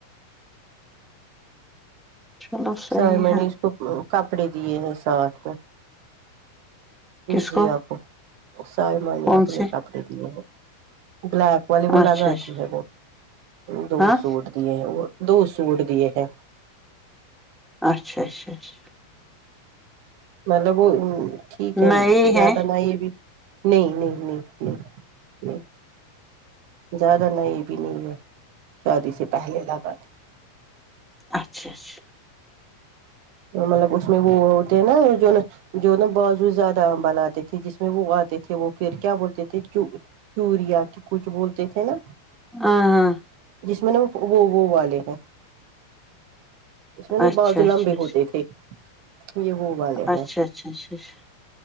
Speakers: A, in the centre; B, on the right.
A: چلو صحیح
B: سر میں
A: ہے
B: نے اس کو کپڑے دیے ہیں ساتھ میں
A: کس
B: جی
A: کو
B: آپ کو سائمہ
A: کون
B: آپ
A: سے
B: نے کپڑے دیے ہیں بلیک والی وہ
A: اچھا
B: لگ آتی
A: اچھا
B: ہے وہ دو
A: ہاں
B: سور وہ دو سوٹ دیے ہیں
A: اچھا اچھا اچھا
B: مطلب وہ ٹھیک ہے
A: نئی
B: زیادہ
A: ہے
B: یہ بھی نہیں نہیں نہیں نہیں نہیں زیادہ نئی بھی نہیں ہے شادی سے پہلے لگا دی
A: اچھا اچھا
B: مطلب اس میں وہ ہوتے ہیں نا جو نا جو نا بازو زیادہ بناتے تھے جس میں وہ آتے تھے وہ پھر کیا بولتے تھے چوریا کے کچھ بولتے تھے نا
A: ہاں ہاں
B: جس میں نا وہ وہ والے ہیں اس میں نہ
A: اچھا
B: باجو
A: اچھا
B: لمبی
A: اچھا
B: ہوتی تھی یہ وہ والے
A: اچھا
B: ہیں
A: اچھا اچھا اچھا